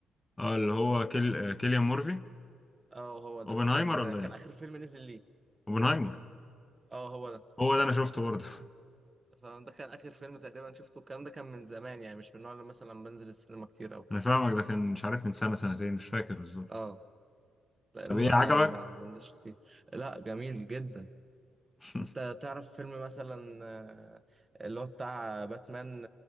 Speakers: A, on the left (about 20°); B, on the right (about 30°).
A: أه اللي هو كيل... آه، كيليان مورفي
B: اه هو ده
A: أوبنهايمر
B: كان
A: ولا
B: كان
A: إيه؟
B: آخر فيلم نزل ليه
A: اوبنهايمر
B: اه هو ده
A: هو ده انا شفته برضه <laughs>
B: فده كان آخر فيلم تقريبا شفته الكلام ده كان من زمان يعني مش من النوع اللي مثلا بنزل السينما كتير أو كده
A: انا فاهمك ده كان مش عارف من سنة سنتين مش فاكر بالظبط
B: اه لا،
A: طب
B: ما
A: ايه عجبك
B: ما بنزلش كتير لا جميل جدا
A: <laughs>
B: انت تعرف فيلم مثلا آه، اللي هو بتاع باتمان